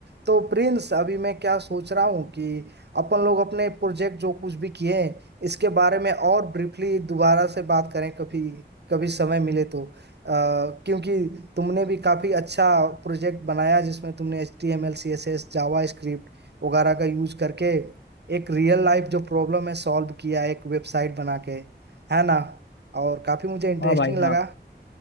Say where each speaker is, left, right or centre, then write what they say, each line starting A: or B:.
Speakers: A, on the right (about 65°); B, on the left (about 80°).
A: तो प्रिंस अभी मैं क्या सोच रहा हूँ कि अपन लोग अपने प्रोजेक्ट जो कुछ भी किए हैं इसके बारे में और ब्रीफली दोबारा से बात करें कभी कभी समय मिले तो अ, क्योंकि तुमने भी काफी अच्छा प्रोजेक्ट बनाया जिसमें तुमने H T M L C S S JavaScript वगैरह का यूज करके एक रियल लाइफ जो प्रॉब्लम है सॉल्व किया एक वेबसाइट बना के है ना और काफी मुझे इंटरेस्टिंग
B: हाँ भाई हाँ
A: लगा